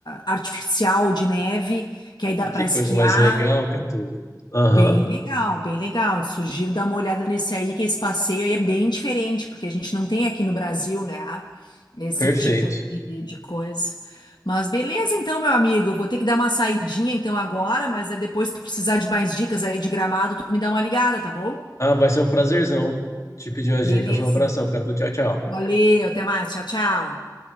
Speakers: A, on the left (about 85°); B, on the left (about 45°).
A: artificial de neve, que aí
B: E
A: dá
B: Que
A: para esquiar.
B: coisa mais legal, Catu. Aham,
A: Bem legal, bem legal. Sugiro dar uma olhada nesse aí, que esse passeio aí é bem diferente, porque a gente não tem aqui no Brasil, né? Esse
B: perfeito.
A: tipo de, de coisa. Mas beleza, então, meu amigo, eu vou ter que dar uma saidinha então agora, mas aí depois se tu precisar de mais dicas aí de Gramado, tu me dá uma ligada, tá bom?
B: Ah, vai ser um prazerzão te pedir umas
A: Beleza.
B: dicas. Um abração, Catu. Tchau, tchau.
A: Valeu, até mais. Tchau, tchau.